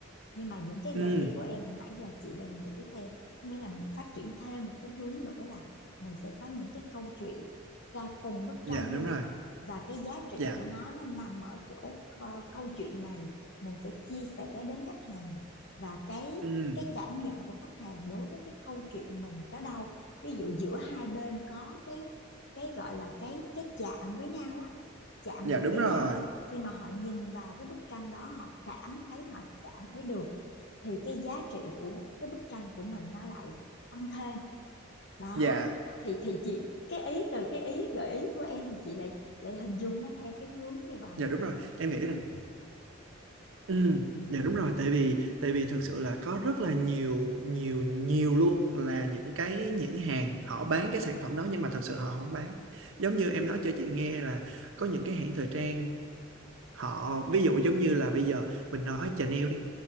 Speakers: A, on the left; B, on the right.
A: nhưng mà những cái gợi
B: ừ
A: ý của em hồi nãy giờ chị đều nghĩ theo có nghĩa là mình phát triển thêm một cái hướng nữa là mình sẽ có những cái câu chuyện cho từng bức tranh
B: Dạ, đúng
A: luôn
B: rồi.
A: và cái giá trị
B: Dạ.
A: của nó nó nằm ở chỗ ờ, câu chuyện này mình sẽ chia sẻ đến khách hàng và cái
B: Ừm,
A: cái cảm nhận của khách hàng đối với cái câu chuyện mình tới đâu ví dụ giữa hai bên có cái cái gọi là cái cái chạm với nhau á chạm
B: dạ,
A: được
B: đúng
A: với
B: rồi.
A: nhau khi mà họ nhìn vào cái bức tranh đó họ cảm thấy họ chạm thấy được thì cái giá trị của cái bức tranh của mình nó lại tăng thêm đó
B: Dạ,
A: thì thì chị cái ý từ cái ý gợi ý của em thì chị lại lại hình dung nó theo cái hướng như vậy
B: dạ, đúng rồi. Em nghĩ rằng ừm, dạ, đúng rồi, tại vì tại vì thực sự là có rất là nhiều nhiều nhiều luôn là những cái nhãn hàng họ bán cái sản phẩm đó nhưng mà thực sự họ không bán. Giống như em nói cho chị nghe là có những cái hãng thời trang họ ví dụ giống như là bây giờ mình nói Chanel đi,